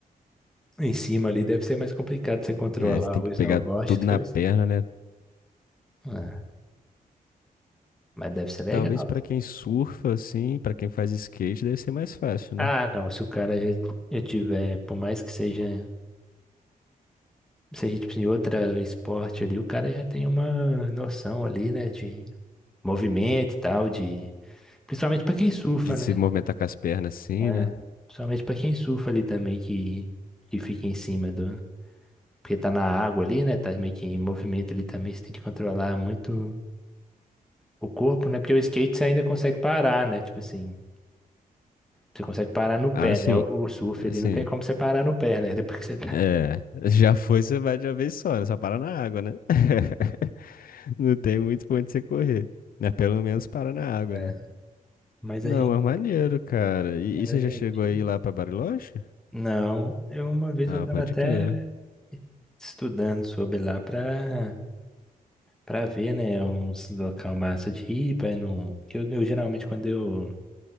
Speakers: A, in the centre; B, on the left (about 70°).
A: em cima ali. Deve ser mais complicado você controlar
B: É, você tem
A: o
B: que
A: snowboard
B: pegar tudo
A: do
B: na
A: que o...
B: perna,
A: s-
B: né?
A: Ah, mas deve ser legal.
B: Talvez pra
A: né?
B: quem surfa assim, pra quem faz skate, deve ser mais fácil,
A: Ah,
B: né?
A: não. Se o cara já, já tiver, por mais que seja, seja tipo assim, outro esporte ali, o cara já tem uma noção ali, né? De movimento e tal, de... Principalmente pra quem surfa,
B: De se
A: né?
B: movimentar com as pernas assim,
A: É,
B: né?
A: principalmente pra quem surfa ali também, que, que fica em cima do, Porque tá na água ali, né? Tá meio que em movimento ali também. Você tem que controlar muito o corpo, né? Porque o skate você ainda consegue parar, né? Tipo assim, você consegue parar no pé,
B: Ah, sim.
A: né? O o surf
B: Assim,
A: ali não tem como você parar no pé, né? <laughs> Depois que você tá.
B: é, <laughs> já foi, você vai de uma vez só, né? Só para na água, né? <laughs> Não tem muito pra onde você correr, né? Pelo menos para na água,
A: É.
B: né?
A: Mas
B: Não,
A: a gente.
B: é maneiro, cara. E,
A: Mas
B: e
A: a
B: você
A: gente.
B: já chegou aí lá pra Bariloche?
A: Não, eu uma vez
B: Ah,
A: eu tava
B: pode
A: até
B: crer.
A: estudando sobre lá pra, pra ver, né? Uns local massa de ir, pra não. Porque eu, eu geralmente quando eu,